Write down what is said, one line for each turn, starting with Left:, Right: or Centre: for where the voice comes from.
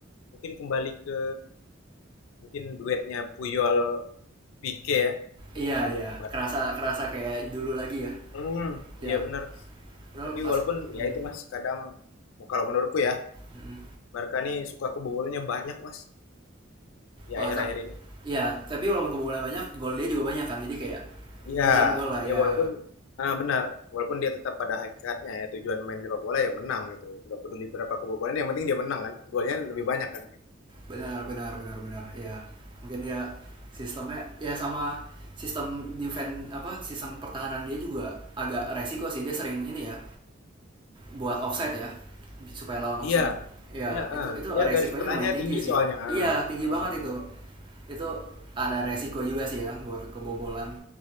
Left: mungkin kembali ke mungkin duetnya Puyol Pique ya
Right: Iya
Left: dulu
Right: iya,
Left: bareng.
Right: kerasa kerasa kayak dulu lagi ya.
Left: Hmm,
Right: Ya,
Left: iya bener.
Right: padahal
Left: Tapi
Right: Mas
Left: walaupun
Right: hmm,
Left: ya itu Mas, kadang kalau menurutku ya
Right: hmm.
Left: Barca nih suka kebobolannya banyak Mas di
Right: Oh,
Left: akhir-akhir
Right: tapi
Left: ini.
Right: iya, tapi walaupun kebobolan banyak, gol dia juga banyak kan. Jadi kayak
Left: Iya,
Right: hujan gol lah ya.
Left: ya walaupun ah, benar, walaupun dia tetap pada hakikatnya ya tujuan main sepak bola ya menang gitu. Nggak peduli berapa kebobolan, yang penting dia menang kan. Golnya lebih banyak kan gitu.
Right: Benar benar benar benar. Ya. Mungkin dia sistemnya ya sama sistem defense apa sistem pertahanan dia juga agak resiko sih dia sering ini ya buat offset ya supaya lawan offset
Left: Iya,
Right: ya
Left: dia
Right: itu
Left: ah,
Right: itu
Left: dia
Right: resikonya
Left: garis pertanyaan
Right: lumayan tinggi
Left: tinggi
Right: sih
Left: soalnya.
Right: iya
Left: Ah,
Right: tinggi banget
Left: ah, benar.
Right: itu itu
Left: Hmm.
Right: ada resiko juga sih ya buat kebobolan